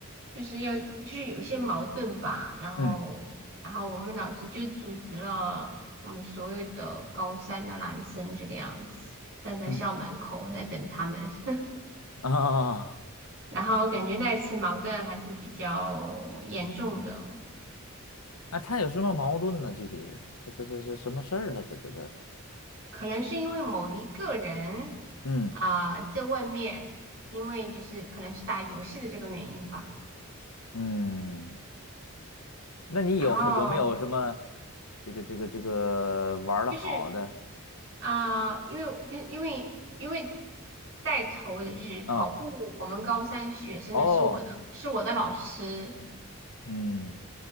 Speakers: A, on the right (about 60°); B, on the left (about 85°).
A: 就是要就是有一些矛盾吧，然后然后我们老师就组织了我们所有的高三的男生这个样子，
B: 嗯
A: 站在校门口在等他们。
B: 嗯
A: <laughs>
B: 嗯啊
A: 然后感觉那一次矛盾还是比较严重的，
B: 啊！他有什么矛盾呢？具体他这这这什么事儿呢？这这这
A: 可能是因为某一个人
B: 嗯
A: 啊、在外面，因为就是可能是打游戏的这个原因吧。
B: 嗯那你有有没有什么
A: 然后
B: 这个这个这个玩的好的
A: 就是啊、因为就因为因为带头的就是保护我们高三学生的是我的是我的老师。
B: 啊？哦，嗯，